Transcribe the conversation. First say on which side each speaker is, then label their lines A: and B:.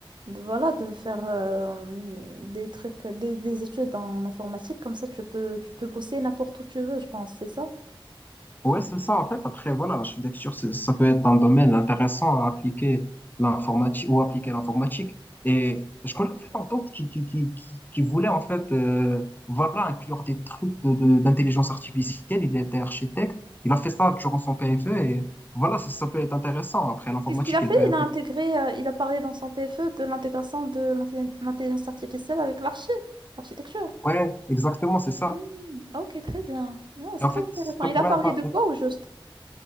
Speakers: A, on the right (about 55°); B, on the left (about 20°).
A: de- voilà de faire euh, des trucs des, des études en informatique comme ça tu peux tu peux bosser n'importe où tu veux, je pense, c'est ça?
B: Ouais, c'est ça, en fait. Après, voilà, l'architecture, c'est- ça peut être un domaine intéressant à appliquer l'informatique ou appliquer l'informatique. Et je connais en fait un tante qui, qui, qui, qui, qui voulait, en fait, euh, voilà, inclure des trucs de, de, d'intelligence artificielle. Il était architecte. Il a fait ça durant son PFE et voilà, ça, ça peut être intéressant. Après, l'informatique,
A: Qu'est-ce qu'il a fait?
B: elle peut
A: Il
B: être...
A: a intégré, euh, il a parlé dans son PFE de l'intégration de l'intelli- l'intelligence artificielle avec l'archi, l'architecture.
B: Ouais, exactement, c'est ça.
A: Hmm, ok, très bien. Ah, c'est
B: Et en
A: très
B: fait,
A: intéressant.
B: ça
A: Il
B: pourrait
A: a parlé
B: être...
A: de quoi au juste?